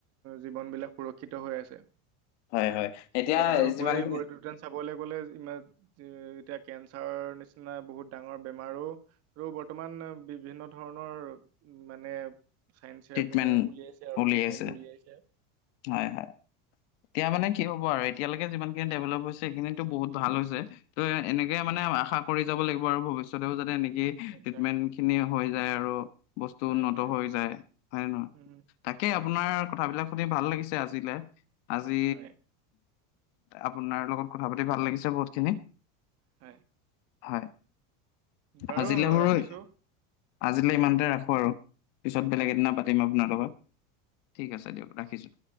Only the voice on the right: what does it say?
জীৱন বিলাক সুৰক্ষিত হৈ আছে। আৰু
তাৰো উপৰি
এইবোৰ উদ্যান চাবলৈ গ'লে ইমান এতিয়া কেঞ্চাৰৰ নিচিনা বহুত ডাঙৰ বেমাৰো আৰু বৰ্তমান বিভিন্ন ধৰণৰ উম মানে চাইন্সে
আপোনাৰ উলিয়াইছে আৰু
ট্ৰিটমেন্টটো উলিয়াইছে।
হয়
নিশ্চয়
হয়
হয়
উম,
হয়
হয়
হয়।
বাৰু
ৰাখিছো
উম,
নিশ্চয়
নিশ্চয়